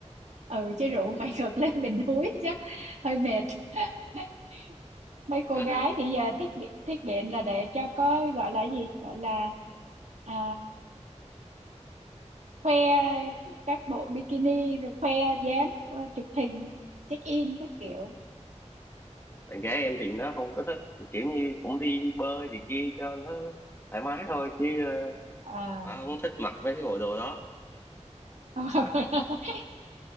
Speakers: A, on the right (about 70°); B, on the left (about 20°).
A: ừ chứ rượu <laughs> mày ngược lên <laughs> bình núi chắc hơi mệt <laughs> mấy cô
B: à,
A: gái thì giờ thích bị- thích biện là để cho có gọi là gì gọi là à, khoe các bộ bikini rồi khoe dáng ờ, chụp hình check in các kiểu
B: bạn gái em thì nó không có thích kiểu như cũng đi bơi thì kia cho nó thoải mái thôi chứ ờ,
A: à
B: bà không thích mặc mấy cái bộ đồ đó
A: <laughs>